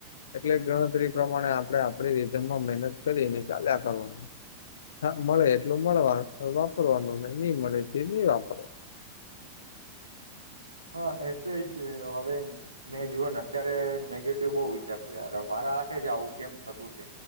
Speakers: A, on the left (about 60°); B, on the right (about 80°).
A: એટલે ગણતરી પ્રમાણે આપણે આપડી રીધમાં મહેનત કરીને ચાલ્યા કરવાનું, મળે એટલું મળવા વાપરવાનું નહી મળે જે નહી વાપર
B: હા એ તો જ હવે મેં જોુઓ ને અત્યારે નેગેટિવ બહુ વિચારતું યાર મારા હાથે જ આવું કેમ થતું છે,